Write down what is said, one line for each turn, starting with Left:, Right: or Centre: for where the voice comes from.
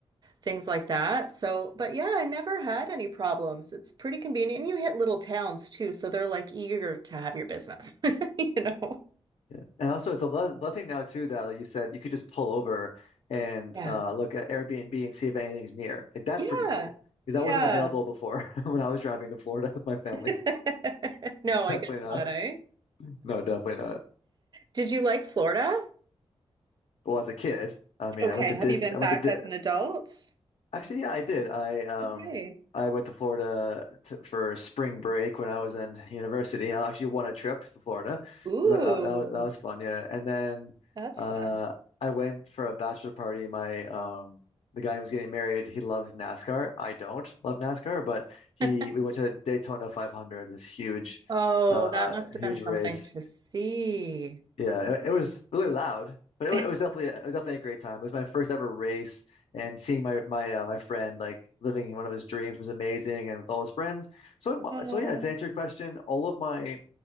Right: things like that. So, but yeah, I never had any problems. It's pretty convenient. And you hit little towns too, so they're like eager to have your business, <laughs> you know?
Left: Yeah. And also it's a bless blessing now too that like you said you could just pull over and
Right: Yeah.
Left: uh, look at Airbnb and see if anything's near. Like, that's
Right: Yeah.
Left: pretty cool because
Right: Yeah.
Left: that wasn't available before <laughs> when I was driving to Florida with my family.
Right: <laughs> No,
Left: <laughs> Definitely
Right: I guess
Left: not.
Right: not, eh?
Left: No, definitely not.
Right: Did you like Florida?
Left: Well, as a kid, I mean,
Right: Okay.
Left: I went to
Right: Have
Left: Disney.
Right: you been
Left: I
Right: back
Left: went to Di
Right: as an adult?
Left: Actually, yeah, I did. I um
Right: Okay.
Left: I went to Florida to, for spring break when I was in university. I actually won a trip to Florida.
Right: Ooh,
Left: That, that, that was, that was fun, yeah. And then
Right: that's
Left: uh
Right: fun.
Left: I went for a bachelor party. My um the guy who was getting married, he loves NASCAR. I don't love NASCAR, but he
Right: <laughs>
Left: we went to Daytona 500, this huge
Right: Oh,
Left: uh
Right: that must have
Left: huge
Right: been something
Left: race.
Right: to see.
Left: Yeah, it, it was really loud, but
Right: <laughs>
Left: it, wa- it was definitely it was definitely a great time. It was my first ever race, and seeing my my uh, my friend like living one of his dreams was amazing, and with all his friends. So I'm-
Right: Oh.
Left: so yeah, to answer your question, all of my